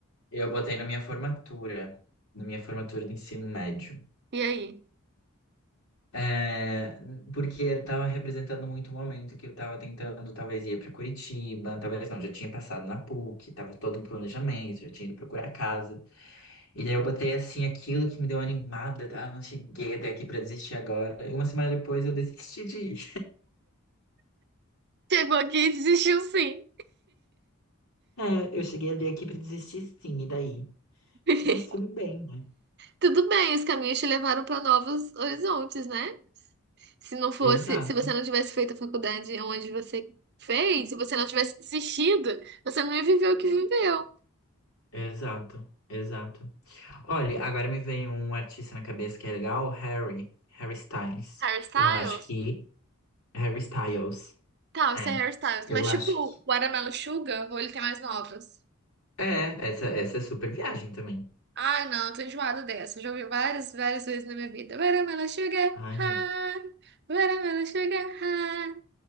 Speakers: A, on the left; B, on the right.
A: Eu botei na minha formatura, na minha formatura do ensino médio.
B: E aí?
A: É, porque estava representando muito o momento que eu estava tentando, talvez ia para Curitiba, talvez não, já tinha passado na PUC, estava todo um planejamento, já tinha ido procurar casa. E daí eu botei assim aquilo que me deu animada, tá? Não cheguei até aqui para desistir agora. E uma semana depois eu desisti de ir.
B: Chegou aqui e desistiu sim.
A: É, eu cheguei a ler aqui pra desistir sim, e daí?
B: <laughs>
A: Mas tudo bem, né?
B: Tudo bem, os caminhos te levaram para novos horizontes, né? Se não fosse,
A: Exato,
B: se você não tivesse feito a faculdade onde você fez, se você não tivesse desistido, você não ia viver o que viveu.
A: exato, exato. Olha, agora me vem um artista na cabeça que é legal, Harry, Harry Styles.
B: Hairstyles?
A: Eu acho que Harry Styles.
B: Tá, isso
A: É.
B: é hairstyles.
A: Eu
B: Mas
A: acho
B: tipo,
A: que
B: Watermelon Sugar, ou ele tem mais novas?
A: é, essa essa é super viagem também.
B: Ai, não, tô enjoada dessa. Já ouvi várias, várias vezes na minha vida. Watermelon Sugar,
A: Ai,
B: high.
A: meu. Deus.
B: Watermelon Sugar, high.